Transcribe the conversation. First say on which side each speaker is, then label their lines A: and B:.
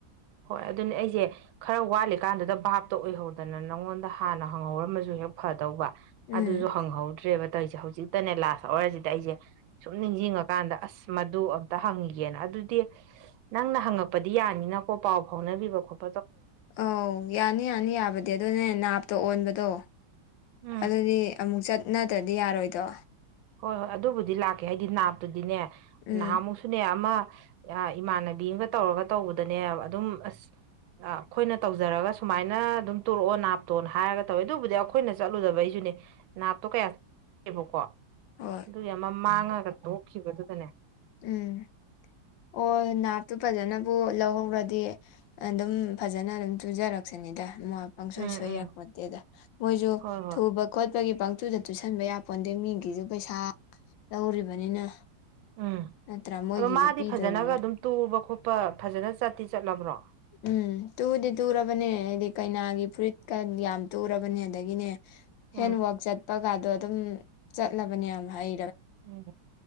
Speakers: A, on the right; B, on the left.
A: ꯍꯣꯏ ꯑꯗꯨꯅꯦ ꯑꯩꯁꯦ ꯈꯔ ꯋꯥꯠꯂꯤꯀꯥꯟꯗꯨꯗ ꯚꯥꯞꯇꯣ ꯑꯣꯏꯍꯧꯗꯅ ꯅꯪꯉꯣꯟꯗ ꯍꯥꯟꯅ ꯍꯪꯉꯧꯔꯝꯃꯁꯨ ꯍꯦꯛ ꯐꯗꯧꯕ
B: ꯎꯝ
A: ꯑꯗꯨꯁꯨ ꯍꯪꯍꯧꯗ꯭ꯔꯦꯕ ꯇꯧꯏꯁꯦ ꯍꯧꯖꯤꯛꯇꯅꯦ ꯂꯥꯁ ꯑꯋꯥꯔꯁꯤꯗ ꯑꯩꯁꯦ ꯁꯨꯝ ꯅꯤꯡꯁꯤꯡꯉꯀꯥꯟꯗ ꯑꯁ ꯃꯗꯨ ꯑꯝꯇ ꯍꯪꯒꯦꯅ ꯑꯗꯨꯗꯤ ꯅꯪꯅ ꯍꯪꯉꯛꯄꯗꯤ ꯌꯥꯅꯤꯅꯀꯣ ꯄꯥꯎ ꯐꯥꯎꯅꯕꯤꯕ ꯈꯣꯠ
B: ꯑꯧ ꯌꯥꯅꯤ ꯌꯥꯅꯤ ꯌꯥꯕꯗꯤ ꯑꯗꯨꯅꯦ ꯅꯥꯞꯇꯣ ꯑꯣꯟꯕꯗꯣ
A: ꯎꯝ
B: ꯑꯗꯨꯗꯤ ꯑꯃꯨꯛ ꯆꯠꯅꯗ꯭ꯔꯗꯤ ꯌꯥꯔꯣꯏꯗꯣ
A: ꯍꯣꯏ ꯍꯣꯏ ꯑꯗꯨꯕꯨꯗꯤ ꯂꯥꯛꯀꯦ ꯍꯥꯏꯗꯤ ꯅꯥꯞꯇꯨꯗꯤꯅꯦ
B: ꯎꯝ
A: ꯅꯍꯥꯃꯨꯛꯁꯨ ꯁꯨꯅꯦ ꯑꯃ ꯑꯥ ꯏꯃꯥꯟꯅꯕꯤ ꯑꯃꯒ ꯇꯧꯔꯒ ꯇꯧꯕꯗꯅꯦ ꯑꯗꯨꯝ ꯑꯁ ꯑ ꯑꯩꯈꯣꯏꯅ ꯇꯧꯖꯔꯒ ꯁꯨꯃꯥꯏꯅ ꯑꯗꯨꯝ ꯇꯨꯔꯛꯑꯣ ꯅꯥꯞꯇꯣꯅ ꯍꯥꯏꯔꯒ ꯇꯧꯋꯦ ꯑꯗꯨꯕꯨꯗꯤ ꯑꯩꯈꯣꯏꯅ ꯆꯠꯂꯨꯗꯕꯩꯖꯨꯅꯤ ꯅꯥꯞꯇꯣ ꯀꯌꯥ ꯆ <inaudible> ꯕꯀꯣ
B: ꯍꯣꯏ
A: ꯑꯗꯨꯏ ꯑꯃ ꯃꯥꯡꯉꯒ ꯇꯣꯛꯈꯤꯕꯗꯨꯗꯅꯦ
B: ꯎꯝ ꯑꯣ ꯅꯥꯞꯇꯨ ꯐꯖꯅꯕꯨ ꯂꯧꯍꯧꯔꯗꯤ ꯑꯗꯨꯝ ꯐꯖꯅ ꯑꯗꯨꯝ ꯇꯨꯖꯔꯛꯁꯅꯤꯗ ꯃꫭꯏ ꯄꯪꯁꯣꯏ
A: ꯎꯝ
B: ꯁꯣꯏ
A: ꯎꯝ
B: ꯌꯥꯄꫭꯠꯇ‌ꯦꯗ ꯃꯣꯏꯁꯨ
A: ꯍꯣꯏ ꯍꯣꯏ
B: ꯊꯨꯕ ꯈꯣꯠꯄꯒꯤ ꯄꯪꯇꯨꯗ ꯇꯨꯁꯟꯕ ꯌꯥꯄꯣꯟꯗꯦ ꯃꯤꯒꯤꯁꯨ ꯄꯩꯁꯥ ꯂꯧꯔꯤꯕꯅꯤꯅ
A: ꯎꯝ
B: ꯅꯠꯇ꯭ꯔꯥ ꯃꯣꯏꯒꯤꯁꯨ
A: ꯑꯗꯣ ꯃꯥꯗꯤ
B: ꯄꯤꯗꯣꯏꯅꯤꯅ
A: ꯐꯖꯅꯒ ꯑꯗꯨꯝ ꯇꯨꯕ ꯈꯣꯠꯄ ꯐꯖꯅ ꯆꯠꯇꯤ ꯆꯠꯂꯕ꯭ꯔꯣ
B: ꯎꯝ ꯇꯨꯗꯤ ꯇꯨꯔꯕꯅꯦ ꯍꯥꯏꯗꯤ ꯀꯩꯅꯥꯒꯤ ꯐꯨꯔꯤꯠꯀ ꯌꯥꯝ ꯇꯨꯔꯕꯅꯦ ꯑꯗꯒꯤꯅꯦ
A: ꯎꯝ
B: ꯍꯦꯟꯋꯥꯛ ꯆꯠꯄꯒꯗꯣ ꯑꯗꯨꯝ ꯆꯠꯂꯕꯅꯦ ꯌꯥꯝ ꯍꯩ
A: ꯎꯝ